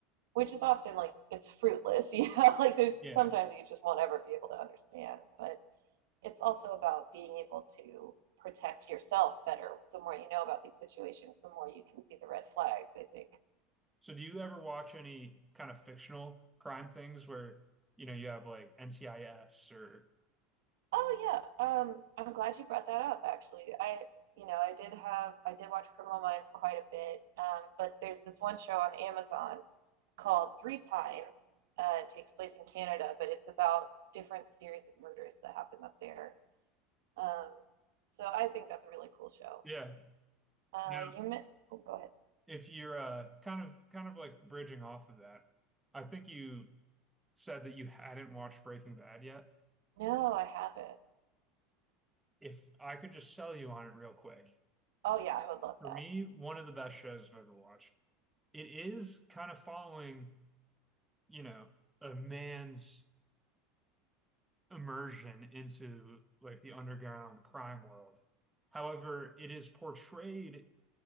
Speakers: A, on the right; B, in the centre.
A: which is often like it's fruitless, <laughs> you know? Like there's
B: Yeah.
A: sometimes you just won't ever be able to understand, but it's also about being able to protect yourself better. The more you know about these situations, the more you can see the red flags, I think.
B: So do you ever watch any kind of fictional crime things where, you know, you have like NCIS or
A: Oh yeah, um, I'm glad you brought that up actually. I you know, I did have I did watch Criminal Minds quite a bit, um, but there's this one show on Amazon called Three Pines. Uh, it takes place in Canada, but it's about different series of murders that happen up there. Um, so I think that's a really cool show.
B: yeah.
A: Uh,
B: Yeah.
A: you meant? Oh, go ahead.
B: If you're uh kind of kind of like bridging off of that, I think you said that you hadn't watched Breaking Bad yet.
A: No, I haven't.
B: If I could just sell you on it real quick,
A: Oh yeah, I would love
B: for
A: that.
B: me, one of the best shows I've ever watched. It is kind of following, you know, a man's immersion into like the underground crime world. However, it is portrayed